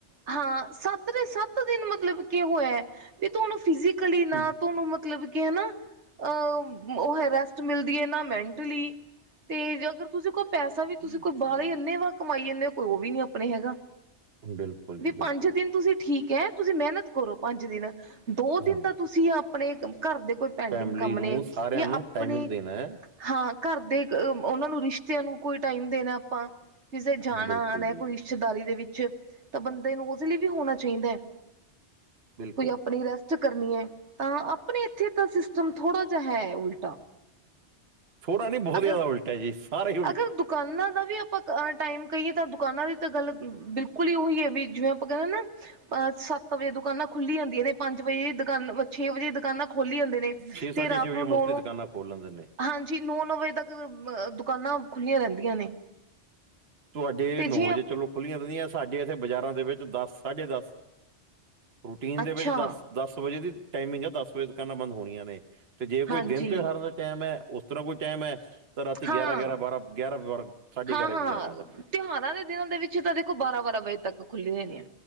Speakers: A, on the right; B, on the right.
A: ਹਾਂ, ਸੱਤ ਦੇ ਸੱਤ ਦਿਨ ਮਤਲਬ ਕੇ ਹੋਇਐ। 'ਤੇ ਤੁਆਨੂੰ ਫਿਜ਼ੀਕਲੀ ਨਾ,
B: ਹਮ,
A: ਤੁਆਨੂੰ ਮਤਲਬ ਕੇ ਹਨਾ। ਅ ਓ ਹੈ ਰੈਸਟ ਮਿਲਦੀ ਐ, ਨਾ ਮੈਂਟਲੀ। 'ਤੇੇ ਜੇ ਅਗਰ ਤੁਸੀਂ ਕੋਅ ਪੈਸਾ ਵੀ, ਤੁਸੀਂ ਕੋਅ ਬਾਅਲੇ ਅੰਨ੍ਹੇ ਵਾ ਕਮਾ ਮਾਈਜਨੇਓ ਕੋਈ ਓਵੀ ਨੀ ਅਪਣੇ ਹੈਗਾ,
B: ਬਿਲਕੁਲ
A: ਵੀ
B: ਜੀ ਬਿਲਕੁਲ
A: ਪੰਜ ਦਿਨ ਤੁਸੀਂ ਠੀ ਕ ਐ ਤੁਸੀਂ ਮੈਨਤ ਕਰੋ ਪੰਜ ਦਿਨ, ਦੋ ਦਿਨ
B: ਹਾਂ
A: ਤਾ ਤੁਸੀ ਆਪਣੇ ਕ ਘਰ ਦੇ ਕੋਈ ਪੈਂਡਿੰਗ
B: ਫੈਮਿਲੀ
A: ਕੰਮ
B: ਨੂੰ
A: ਨੇ
B: ਸਾਰਿਆਂ
A: ਜਾਂ
B: ਨੂੰ
A: ਆਪਣੇ
B: ਟਾਈਮਿੰਗ ਦੇਣਾ ਹੈ
A: ਹਾਂ ਘਰ ਦੇ ਕ ਓਨਾਂ ਨੂੰ ਰਿਸ਼ਤਿਆਂ ਨੂੰ ਕੋਈ ਟਾਈਮ ਦੇਣੈ ਆਪਾਂ। ਕਿਸੇ ਜਾਣਾ-
B: ਬਿਲਕੁਲ
A: ਆਣਾ
B: ਜੀ
A: ਕੋਈ ਰਿਸ਼ਤੇਦਾਰੀ ਦੇ ਵਿੱਚ, ਤਾ ਬੰਦੇ ਨੂੰ ਓਦੇ ਲੀ ਵੀ ਹੋਣਾ ਚਈਂਦਾ।
B: ਬਿਲਕੁਲ
A: ਕੋਈ ਆਪਣੀ ਰੈਸ ਟ ਕਰਨੀ ਐਂ, ਤਾਂ ਆਪਣੇ ਇੱਥੇ ਸਿਸਟਮ ਥੋੜਾ ਜਿਹਾ ਹੈ ਉਲਟਾ।
B: ਥੋੜਾ ਨੀ ਬਹੁਤ
A: ਅਗਰ
B: ਜਿਆਦਾ ਉਲਟਾ ਜੀ, ਸਾਰੇ
A: ਅਗਰ ਦੁਕਾਨਾਂ ਦਾ ਵੀ ਅ ਆਪਾਂ ਟਾਈਮ ਕਹੀਏ ਤਾਂ ਦੁਕਾਨਾਂ ਦੀ ਤਾਂ ਗੱਲ ਬਿਲਕੁਲ ਹੀ ਉਹੀ ਹੈ ਵੀ ਜਿਵੇਂ ਆਪਾਂ ਕਹਿੰਦੇ ਨਾ ਅਹ ਸੱਤ ਵਜੇ ਦੁਕਾਨਾਂ ਖੁੱਲੀ ਜਾਂਦੀਆਂ ਨੇ, ਪੰਜ ਵਜੇ ਦੁਕਾਨਾਂ, ਛੇ ਵਜੇ ਦੁਕਾਨਾਂ ਖੋਲੀ ਜਾਂਦੇ ਨੇ,
B: ਛੇ ਸਾਢੇ
A: ਤੇ ਰਾਤ
B: ਛੇ ਵਜੇ
A: ਨੂੰ
B: ਮੋਸਟਲੀ
A: ਨੌ- ਨੌ
B: ਦੁਕਾਨਾਂ ਖੋਲ ਲੈਂਦੇ ਨੇ
A: ਹਾਂਜੀ। ਜੀ ਨੌ- ਨੌ ਵਜੇ ਤੱਕ ਅ ਦੁਕਾਨਾਂ ਖੁੱਲੀਆਂ ਰਹਿੰਦੀਆਂ ਨੇ।
B: ਤੁਹਾਡੇ
A: ਤੇ
B: ਨੌ
A: ਜੇ
B: ਵਜੇ ਚਲੋ ਖੁੱਲੀਆਂ ਰਹਿੰਦੀਆਂ ਸਾਡੇ ਇੱਥੇ ਬਾਜ਼ਾਰਾਂ ਦੇ ਵਿੱਚ ਦਸ -ਸਾਢੇ ਦਸ ਰੂਟੀਨ
A: ਅੱਛਾ
B: ਦੇ ਵਿੱਚ ਦਸ- ਦਸ ਵਜੇ ਦੀ ਟਾਈਮਿੰਗ ਆ, ਦਸ ਵਜੇ ਦੁਕਾਨਾਂ ਬੰਦ ਹੋਣੀਆਂ ਨੇ। ਤੇ ਜੇ ਕੋਈ
A: ਹਾਂਜੀ
B: ਦਿਨ ਤਿਉਹਾਰਾਂ ਦਾ ਟਾਈਮ ਐ, ਉਸ ਤਰ੍ਹਾਂ ਕੋਈ ਟਾਈਮ ਐ ਤਾਂ ਰਾਤੀ
A: ਹਾਂ
B: ਗਿਆਰਾਂ- ਗਿਆਰਾਂ, ਬਾਰਾਂ ਗਿਆਰਾਂ -ਬਾਰ੍ਹਾਂ ਸਾਢੇ
A: ਹਾਂ-ਹਾਂ
B: ਗਿਆਰਾਂ ਵੀ ਵਜਾਂ ਦੇ।
A: ਤਿਉਹਾਰਾਂ ਦੇ ਦਿਨਾਂ ਦੇ ਵਿੱਚ ਤਾਂ ਦੇਖੋ ਬਾਰਾਂ- ਬਾਰਾਂ ਵਜੇ ਤੱਕ ਖੁੱਲੀਆ ਨੇ।